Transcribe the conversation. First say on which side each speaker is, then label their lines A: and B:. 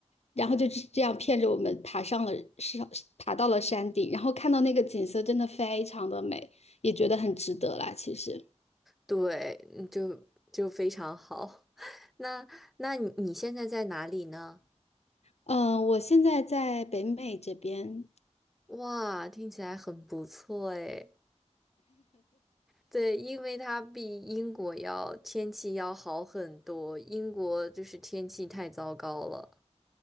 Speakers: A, on the left; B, in the centre.
A: 然后就这这样骗着我们爬上了上爬到了山顶，然后看到那个景色真的非常的美，也觉得很值得啦，其实。
B: 对，嗯就就非常好。<laughs> 那那你你现在在哪里呢？
A: 嗯，呃我现在在北美这边，
B: 哇，听起来很不错诶。对，因为它比英国要天气要好很多，英国就是天气太糟糕了。